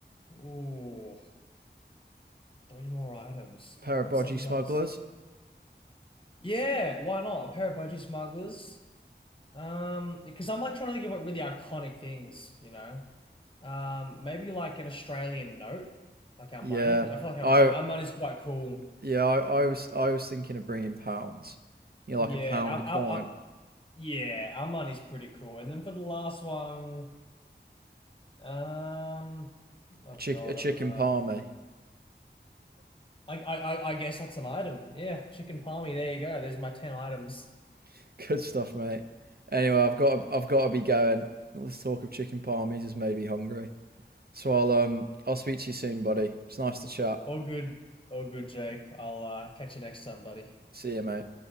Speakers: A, on the left; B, on the right.
A: ooh, three more items.
B: Pair
A: Well,
B: of
A: what's
B: bodgy
A: something
B: smugglers.
A: else? Yeah, why not? A pair of budgie smugglers. Um, because I'm like trying to think of what really iconic things, you know. Um, maybe like an Australian note, like our
B: Yeah.
A: money. 'Cause I feel like our
B: I
A: money, our money's quite cool.
B: yeah. I, I was I was thinking of bringing pounds. You know,
A: Yeah,
B: like a pound
A: our, our,
B: coin.
A: our yeah, our money's pretty cool. And then for the last one, um, oh
B: A chick
A: God,
B: a chicken
A: I don't know.
B: palmy.
A: I, I, I I guess that's an item. Yeah, chicken palmy. There you go. There's my ten items.
B: <laughs> Good stuff, mate. Anyway, I've got to, I've got to be going. Let's talk of chicken palmies has made me hungry. So I'll um I'll speak to you soon, buddy. It's nice to chat.
A: All good, all good, Jake. I'll uh, catch you next time, buddy.
B: See you, mate.